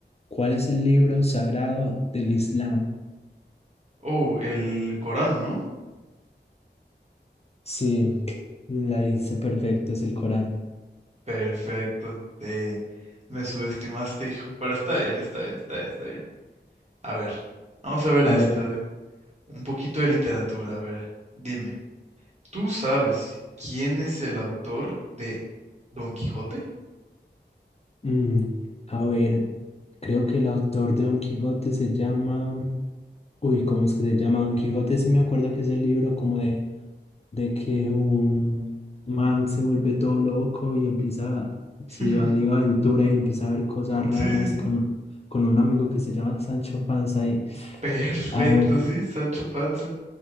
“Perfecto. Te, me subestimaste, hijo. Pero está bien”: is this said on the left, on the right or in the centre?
Right